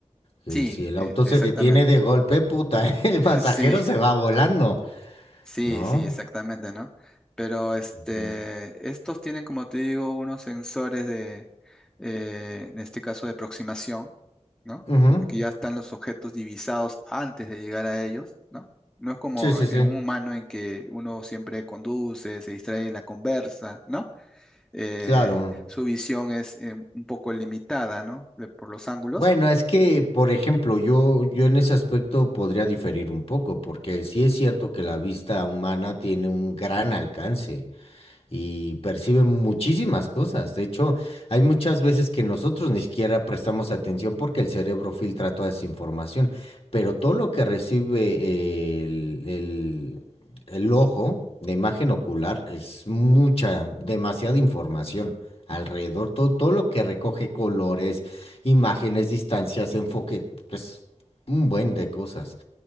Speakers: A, on the left; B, in the centre.
A: Que
B: Sí,
A: si el
B: eh,
A: auto
B: exactamente.
A: se detiene de golpe, puta, <laughs> el
B: <laughs>
A: pasajero
B: Sí,
A: se va volando,
B: Sí,
A: no
B: sí, exactamente, ¿no? Pero este,
A: Ujú.
B: estos tienen, como te digo, unos sensores de, eh, en este caso, de aproximación, ¿no?
A: Ujú.
B: Que ya están los objetos divisados antes de llegar a ellos, ¿no? No es como
A: Sí, sí,
B: en
A: sí.
B: un humano en que uno siempre conduce, se distrae en la conversa, ¿no? Eh,
A: Claro.
B: su visión es eh, un poco limitada, ¿no? De- por los ángulos.
A: Bueno, es que, por ejemplo, yo, yo en ese aspecto podría diferir un poco, porque sí es cierto que la vista humana tiene un gran alcance. y perciben muchísimas cosas. De hecho, hay muchas veces que nosotros ni siquiera prestamos atención porque el cerebro filtra toda esa información, pero todo lo que recibe el, el- el ojo de imagen ocular es mucha, demasiada información. Alrededor, todo, todo lo que recoge colores, imágenes, distancias, enfoque, pues un buen de cosas.